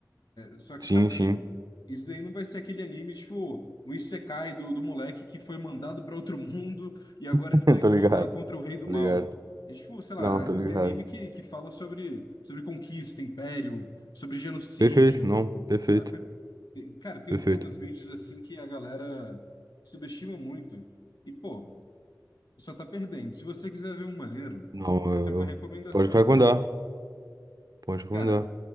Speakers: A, on the left; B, on the right.
A: Só que
B: Sim,
A: também,
B: sim.
A: isso daí não vai ser aquele anime, tipo, o Isekai do, do moleque que foi mandado para outro <laughs> mundo e agora
B: <laughs>
A: ele tá indo
B: Tô ligado,
A: lutar contra o rei do
B: tô
A: mal.
B: ligado.
A: É tipo, sei lá,
B: Não,
A: é,
B: tô ligado.
A: tem anime que, que fala sobre, sobre conquista, império, sobre genocídio,
B: Perfeito, não, perfeito,
A: saca? E, Cara, tem,
B: perfeito.
A: tem umas vídeos assim que a galera subestima muito. E, pô, só tá perdendo. Se você quiser ver um maneiro,
B: Não, eu...
A: eu tenho uma recomendação
B: pode recomendar,
A: aqui.
B: pode recomendar.
A: Cara,